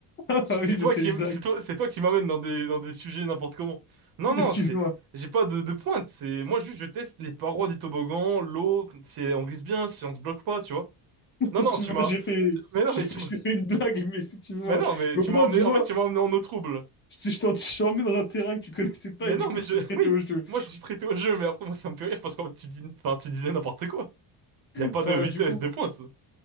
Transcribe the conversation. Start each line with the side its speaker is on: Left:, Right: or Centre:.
Left: Ah
Right: Tu-
Left: bah oui,
Right: C'est
Left: mais
Right: toi
Left: c'est
Right: qui,
Left: une blague.
Right: c'est toi, c'est toi qui m'amène dans des, dans des sujets n'importe comment. Non,
Left: Excuse-moi.
Right: non, c'est, j'ai pas de, de pointe. C'est, moi juste, je teste les parois du toboggan, l'eau, si on glisse bien, si on se bloque pas, tu vois.
Left: <laughs>
Right: Non,
Left: Excuse-moi,
Right: non, tu m'as,
Left: j'ai fait...
Right: mais non,
Left: J'ai
Right: mais
Left: fait...
Right: tu,
Left: j'ai
Right: m'as-
Left: fait une blague, mais excuse-moi.
Right: mais non, mais
Left: Mais
Right: tu
Left: au
Right: m'as
Left: moins,
Right: emmené,
Left: tu vois...
Right: en fait, tu m'as emmené en eau trouble.
Left: Je je t'en mis dans un terrain que tu connaissais pas
Right: Mais
Left: et du
Right: non,
Left: coup
Right: mais
Left: tu
Right: je,
Left: t'es
Right: <laughs>
Left: prêté
Right: oui,
Left: au jeu.
Right: moi je suis prêté au jeu, mais après moi ça me fait rire parce qu'en fait tu dis, enfin, tu disais n'importe quoi. Il y a pas
Left: Enfin
Right: de vitesse
Left: bah du coup.
Right: de pointe.